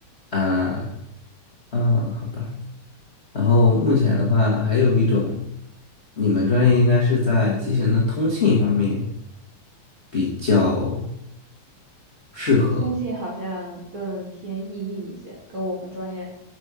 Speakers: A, on the left; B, on the right.
A: 啊，嗯，好吧。然后目前的话，还有一种，你们专业应该是在机器人的通信方面比较适合，
B: 通信好像更偏意义一些，跟我们专业，